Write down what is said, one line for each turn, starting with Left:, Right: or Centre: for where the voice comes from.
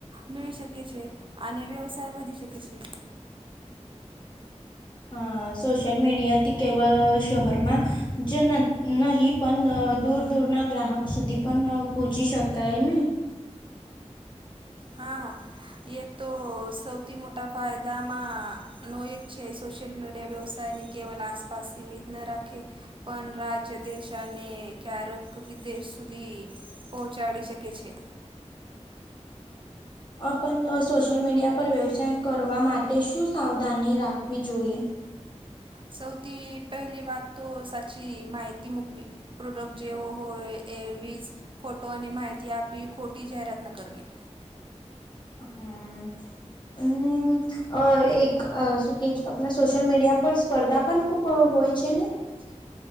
Right: મેળવી શકે શકે છે અને વ્યવસાય વધી શકે છે.
Left: હા. સોશિયલ મીડિયાથી કેવળ શહેરમાં જ ન નહીં પણ દૂર દૂરના ગ્રાહક સુધી પણ પહોંચી શકાય ને.
Right: હા એ તો સૌથી મોટા ફાયદામાં નો એક છે સોશિયલ મીડિયા વ્યવસાય ને કેવલ આસપાસ સીમિત ન રાખે પણ રાજ્ય દેશ અને ક્યારેક વિદેશ સુધી પહોંચાડી શકે છે.
Left: પણ સોશિયલ મીડિયા પર વ્યવસાય કરવા માટે માટે શું સાવધાની રાખવી જોઈએ.
Right: સૌથી પહેલી વાત તો સાચી માહિતી મુકવી. પ્રોડક્ટ જેવો હોય એવી જ ફોટો અને માહિતી આપવી ખોટી જાહેરાત ન કરવી.
Left: હમ અને અ એક શું કેહે આપણા સોશિયલ મીડિયા પર સ્પર્ધા પણ ખૂબ હોય છે ને?
Right: છે ને.